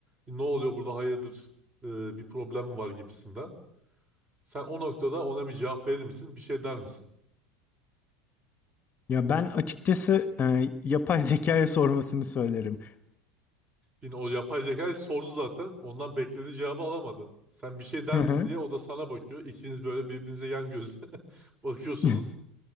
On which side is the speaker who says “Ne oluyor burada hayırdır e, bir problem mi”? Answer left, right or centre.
Right